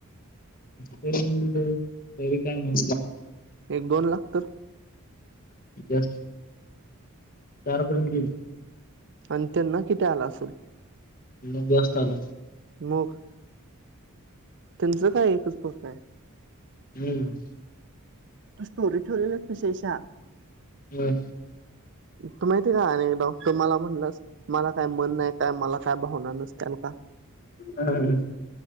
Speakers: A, on the left; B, on the right.
A: काय न
B: एक दोन लाख तर
A: जास्त चारपर्यंत गेली
B: आणि त्यांना किती आला असेल
A: न जा असताना
B: मग त्यांचं काय एकच फक आहे
A: हम्म
B: तू स्टोरी ठेवलेलच तशेशा
A: हम्
B: तू माहिती आहे का अ एकदा तुम्हाला म्हणलंस मला काय मन नाही काय मला काय भावना नसतेल का
A: हम ह